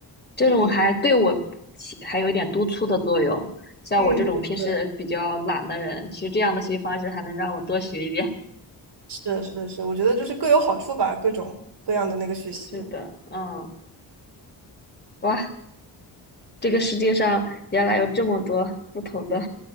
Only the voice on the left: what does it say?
这种还对我起还有一点督促的作用。
像我这种平时比较懒的人，
其实这样的学习方式还能让我多学一点。
是的，嗯，哇，这个世界上原来有这么多不同的，